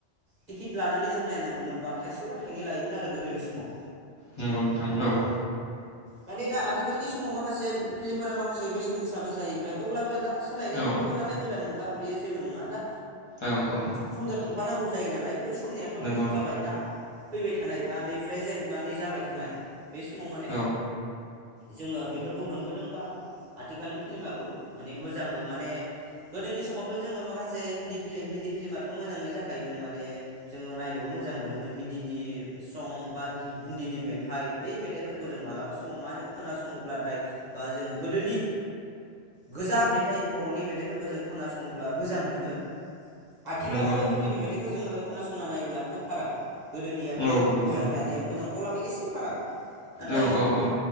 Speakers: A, on the right (about 40°); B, on the left (about 35°).
A: टिकेट लानानै जों नायनांगौमोनबा थाइसेब थाइन लायोमोन। आरो गोदोनि समाव
B: नंगौ नोंथां औ
A: माने दा आथिखालनि समाव माखासे फिल्मफोरा माखासे बेसेन गोसाबो जाहायोबाय अब्लाबो ना सोलायनायनि
B: औ
A: मुगा नालाय गोदान मुगा बेयो जेबो नंङा दा
B: औ औ
A: समजों थां फानांगौ जायो नालाय बै से समनियाथ'
B: नंगौ
A: थांखाबाय दा फैबाय थानाय बा नै प्रेजेन्ट बा नै जाबाय थानाय बे समाव माने
B: नोंथां औ
A: जोङो बेफोरखौ मोनबोदों बा मा आथिखालनि फिल्माबो माने मोजांबो माने गोदोनि समावथ' जोंङो माखासे हिन्दी फिल्म हिन्दी फिल्माथ' मोजांङै जाखायोमोन माने जोंङो नायनोबो मोजां मोनोमोन हिन्दीनि सं बा हिन्दीनि मेथाइ बै मेथाइफोरखौ जों मालाबा समाव मा होनो खोनासंङोब्लाथाय बा जोंङो गोदोनि गोजाम मेथाइ बर'नि मेथाइफोरखौ जों खोनासंङोब्ला मोजां मोनो। आथिखाल
B: नंगौ
A: आरो
B: नंगौ
A: गोदोनि मेथाइखौ जोंङो खोनासंना नायोब्ला खोब फाराग गोदोनियाबो
B: औ नंगौ
A: मोजां
B: नोंथां
A: दानियाबो मोजां अब्ला बै एसे फाराग नाथाय
B: औ औ औ